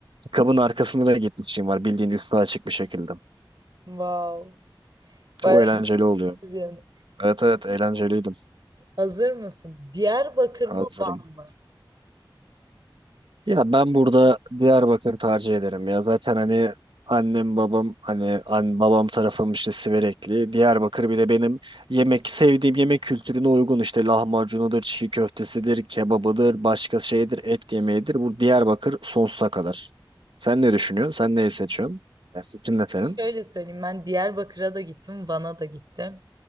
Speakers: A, on the right (about 75°); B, on the right (about 55°).
A: Kabın arkasında da gitmişliğim var. Bildiğin üstü açık bir şekilde.
B: Wow.
A: Çok
B: Bayağı
A: eğlenceli oluyor.
B: iyi bir anı.
A: Evet evet eğlenceliydim.
B: Hazır mısın? Diyarbakır
A: Hazırım.
B: mı Van mı?
A: Ya ben burada Diyarbakır tercih ederim ya. Zaten hani annem babam hani an, babam tarafım işte Siverekli. Diyarbakır bir de benim yemek sevdiğim yemek kültürüne uygun işte lahmacunudur, çiğ köftesidir, kebabıdır, başka şeydir, et yemeğidir. Bu Diyarbakır sonsuza kadar. Sen ne düşünüyorsun? Sen neyi seçiyorsun? Ya fikrin ne senin?
B: Şöyle söyleyeyim ben Diyarbakır'a da gittim, Van'a da gittim.